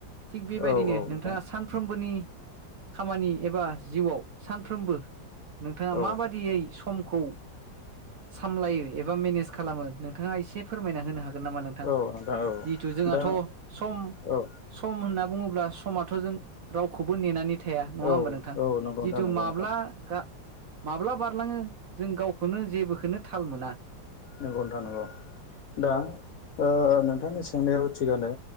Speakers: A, on the right; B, on the left.
A: थिग बेबायदिनो
B: औ औ नोंथां
A: नोंथाङा सानफ्रोमबोनि खामानि एबा जिउआव सानफ्रोमबो नोंथाङा
B: औ
A: माबादि समखौ सामलायो एबा मेनेज खालामो नोंथाङा एसे फोरमायना होनो हागोन हागोनना मा नोंथां
B: औ औ
A: जिहेथु जोंहाथ
B: दा
A: सम
B: औ
A: सम होनना बुंङोब्लाथ बुङोब्ला समाथ' जों रावखौबो नेनानै थाया नङा होमबा
B: औ
A: नोंथां
B: औ नंगौ
A: जिथु
B: नोंथां नंगौ
A: मा‌गा
B: नोंथां
A: माब्ला बारलाङो जों गावखौनो जेबोखौनो थाल मोना।
B: नंगौ नोंथां नंगौ दा ओ नोंथांनि सोंनायाव थिगानो